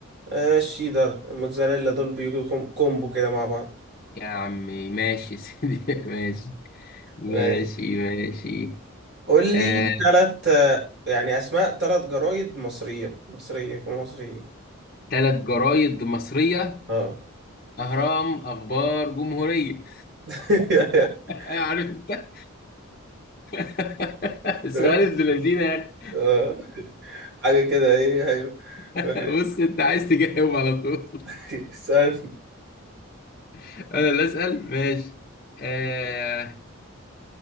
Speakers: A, on the right (about 50°); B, on the left (about 40°).
A: آه الشيدر الموتزاريلا دول بيجوا كوم- كومبو كده مع بعض
B: يا عمي ماشي يا سيدي <laughs> ماشي ماشي
A: ماشي
B: ماشي
A: قول لي
B: آه،
A: ثلاث يعني أسماء ثلاث جرايد مصرية مصرية يكونوا مصريين
B: ثلاث جرايد مصريه
A: اه
B: اهرام اخبار جمهوريه
A: <laughs>
B: <laughs> عارف انت <laughs> السؤال
A: ماشي.
B: ابن لذينه يا أخي.
A: آه، حاجة كده ايه حلو
B: <laughs>
A: ماشي
B: بص انت عايز تجاوب على طول
A: <laughs> استنى
B: <laughs> انا اللي اسال ماشي آه،